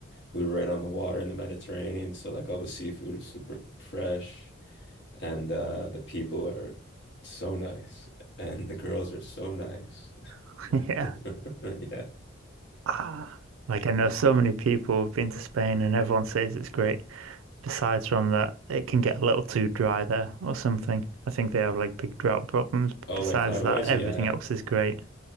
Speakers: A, on the left; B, on the right.
A: we were right on the water in the Mediterranean, so like all the seafood is super fresh, and uh, the people are so nice, and the girls are so nice. <laughs>
B: <laughs> Yeah.
A: Yeah.
B: Ah, like I know so many people have been to Spain, and everyone says it's great. Besides from that, it can get a little too dry there or something. I think they have like big drought problems. But
A: Oh,
B: besides
A: like climate
B: that,
A: wise,
B: everything
A: yeah,
B: else is great.